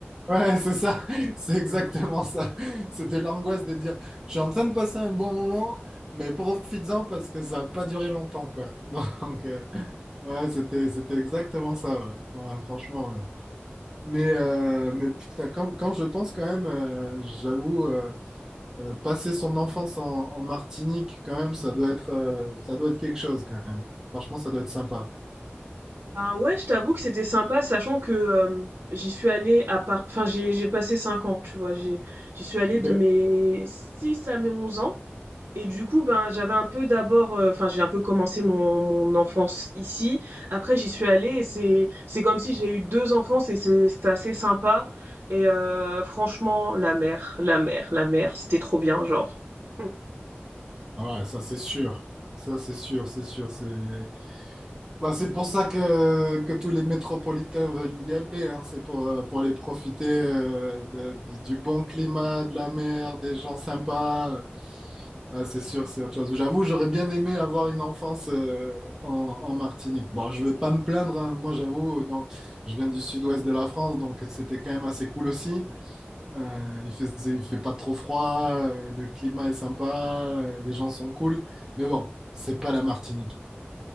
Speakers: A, on the right (about 15°); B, on the right (about 75°).
A: Ouais, c'est ça, <laughs> c'est exactement ça. C'était l'angoisse de dire, je suis en train de passer un bon moment, mais profites-en parce que ça n'a pas duré longtemps, quoi. <laughs> Donc, euh, ouais, c'était, c'était exactement ça, ouais. Ouais, franchement, ouais. Mais, euh, mais putain, quand, quand je pense quand même, euh, j'avoue, euh, euh, passer son enfance en, en Martinique, quand même, ça doit être, euh, ça doit être quelque chose, quand même. Franchement, ça doit être sympa.
B: Ben ouais, je t'avoue que c'était sympa, sachant que euh, j'y suis allée à part, enfin, j'ai j'ai passé cinq ans, tu vois, j'ai j'y suis allée
A: Ok.
B: de mes 6 à mes 11 ans. Et du coup, ben, j'avais un peu d'abord, euh, enfin, j'ai un peu commencé mon, mon enfance ici. Après, j'y suis allée et c'est, c'est comme si j'ai eu deux enfants. C'est c'est, c'était assez sympa. Et euh, franchement, la mer, la mer, la mer, c'était trop bien, genre. Mm.
A: Ah ouais, ça c'est sûr. Ça c'est sûr, c'est sûr. C'est... Bah, c'est pour ça que, que tous les métropolitains veulent y aller, hein. C'est pour, euh, pour les profiter euh, de- de- du bon climat, de la mer, des gens sympas. Euh, Ah, c'est sûr, c'est autre chose. J'avoue, j'aurais bien aimé avoir une enfance euh, en, en Martinique. Bon, je vais pas me plaindre, hein. Moi, j'avoue, dans- je viens du sud-ouest de la France, donc c'était quand même assez cool aussi. Euh, il fait, il fait pas trop froid, euh, le climat est sympa, euh, les gens sont cool. Mais bon, c'est pas la Martinique.